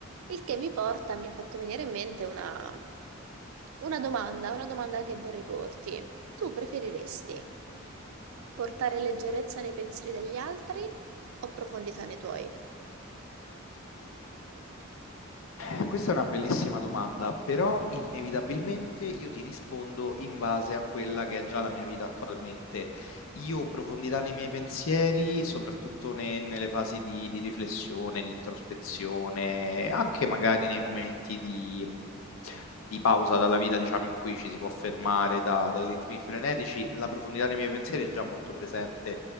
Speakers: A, on the right; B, on the left.
A: Il che mi porta, mi ha fatto venire in mente una, una domanda, una domanda che vorrei porti. Tu preferiresti portare leggerezza nei pensieri degli altri o profondità nei tuoi?
B: Eh, Questa è una bellissima domanda, però inevitabilmente io ti rispondo in base a quella che è già la mia vita attualmente. Io profondità nei miei pensieri, soprattutto ne- nelle fasi di, di riflessione, di introspezione, anche magari nei momenti di, mh, di pausa dalla vita, diciamo, in cui ci si può fermare da- dai ritmi frenetici, la profondità nei miei pensieri è già molto presente